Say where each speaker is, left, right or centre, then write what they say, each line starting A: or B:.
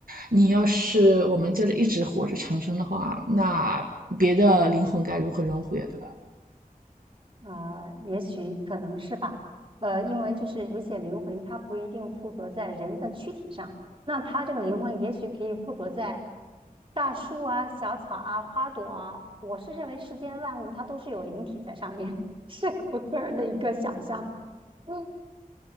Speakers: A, on the right; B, on the right.
A: 你要是我们就是一直活着长生的话，那别的灵魂该如何轮回啊？对吧？
B: 呃，也许可能是吧，呃，因为就是有些灵魂它不一定附着在人的躯体上，那它这个灵魂也许可以附着在大树啊、小草啊、花朵啊，我是认为世间万物它都是有灵体在上面，<laughs> 是我个人的一个想象，<laughs> 嗯，